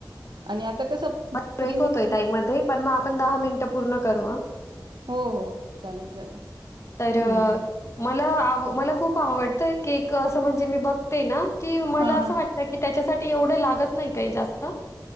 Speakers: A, on the right; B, on the left.
A: आणि आता कसं
B: वाज ब्रेक
A: प्रिमिक्स
B: होतोय ताईमध्ये पण मग आपण दहा मिनिटं पूर्ण करू हा.
A: हो हो चालेल चालेल
B: तर अ,
A: हम् हम्
B: मला खूप आवडतय केक अस म्हणजे मी बघते ना की मला
A: हा
B: असं
A: हा
B: वाटत त्याच्या साठी एवढं लागत नाही काही जास्तं